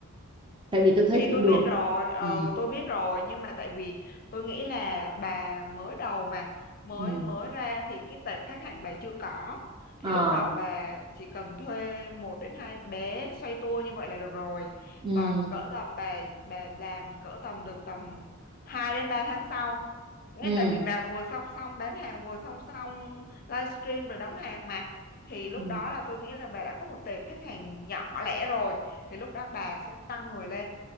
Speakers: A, on the right (about 20°); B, on the left (about 40°).
A: tại vì tôi thấy
B: thì
A: cũng
B: tôi
A: được
B: biết rồi ừ
A: ừ
B: tôi biết rồi nhưng mà tại vì tôi nghĩ là bà mới đầu mà mới
A: ừ
B: mới ra thì cái tệp khách hàng bà chưa có thì
A: ờ
B: lúc đầu bà chỉ cần thuê một đến hai bé xoay tua như vậy là được rồi
A: ừ
B: còn cỡ tầm bà bà làm cỡ tầm được tầm 2 đến 3 tháng sau nghe
A: ừ,
B: tại vì bà vừa song song bán hàng vừa song song livestream rồi đóng hàng mà thì lúc
A: ừ.
B: đó là tôi nghĩ là bà đã có một tệp khách hàng nhỏ lẻ rồi thì lúc đó bà sẽ tăng người lên